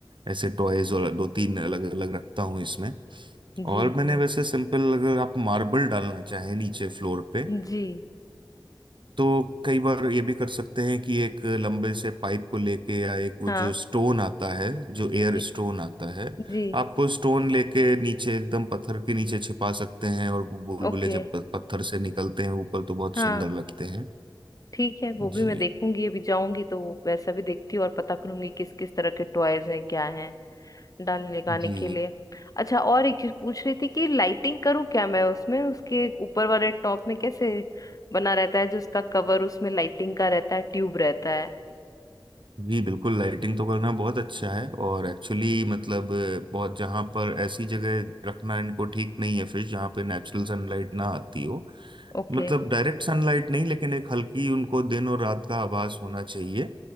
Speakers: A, on the right; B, on the left.
A: ऐसे टॉयज और दो तीन अलग अलग रखता हूँ इसमें
B: जी
A: और मैंने
B: जी
A: वैसे सिंपल अगर आप मार्बल डालना चाहें नीचे फ्लोर पे
B: जी
A: तो कई बार ये भी कर सकते हैं कि एक लंबे से पाइप को लेके या एक
B: हाँ
A: वो जो स्टोन आता है जो एयर
B: जी
A: स्टोन आता है
B: जी
A: आप वो स्टोन लेके नीचे एकदम पत्थर के नीचे छिपा सकते हैं और वो बुलबुले
B: ओके
A: जब प- पत्थर से निकलते हैं ऊपर तो बहुत
B: हाँ
A: सुंदर लगते हैं
B: ठीक है वो
A: जी
B: भी मैं देखूंगी अभी जाऊंगी तो वैसा भी देखती हूँ और पता करूंगी किस किस तरह के टॉयज हैं क्या हैं डालने लगाने
A: जी
B: के लिए अच्छा और एक चीज पूछ रही थी कि लाइटिंग करूँ क्या मैं उसमें उसके ऊपर वाले टॉप में कैसे बना रहता है जो उसका कवर उसमें लाइटिंग का रहता है ट्यूब रहता है
A: जी बिल्कुल लाइटिंग तो करना बहुत अच्छा है और एक्चुअली मतलब बहुत जहाँ पर ऐसी जगह रखना इनको ठीक नहीं है फिर जहाँ पे नेचुरल सनलाइट ना आती हो
B: Okay
A: मतलब डायरेक्ट सनलाइट नहीं लेकिन एक हल्की उनको दिन और रात का आभास होना चाहिए